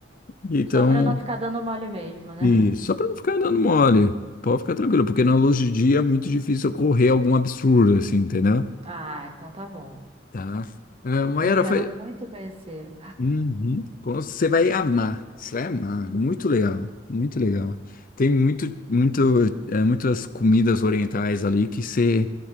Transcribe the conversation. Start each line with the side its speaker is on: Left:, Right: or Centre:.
Left: Então,
Right: Só pra não ficar dando mole mesmo, né?
Left: e só
Right: <laughs>
Left: para não ficar dando mole, pode ficar tranquilo, porque na luz de dia é muito difícil ocorrer algum absurdo, assim, entendeu?
Right: Ah, então tá bom.
Left: Tá. Ah, Mayara,
Right: Eu quero
Left: fa-
Right: muito conhecer.
Left: Uhum. Você vai amar, você vai amar. Muito legal, muito legal. Tem muito, muito, é, muitas comidas orientais ali que você,